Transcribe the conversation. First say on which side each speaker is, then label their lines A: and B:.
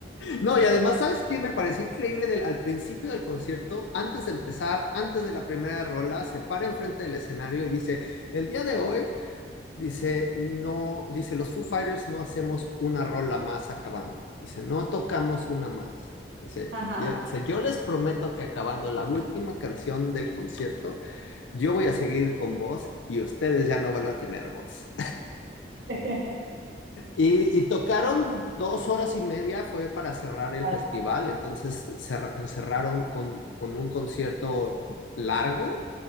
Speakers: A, on the left; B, on the right.
A: No, y además, ¿sabes qué? Me pareció increíble del, al principio del concierto, antes de empezar, antes de la primera rola, se para enfrente del escenario y dice, el día de hoy, dice, no, dice, los Foo Fighters no hacemos una rola más acabando. Dice, no tocamos una más. Dice,
B: Ajá.
A: yo, dice, yo les prometo que acabando la última canción del concierto, yo voy a seguir con voz y ustedes ya no van a tener voz.
B: <laughs>
A: Y, y tocaron dos horas y media, fue para cerrar el
B: Claro,
A: festival, entonces cer- cerraron con, con un concierto largo,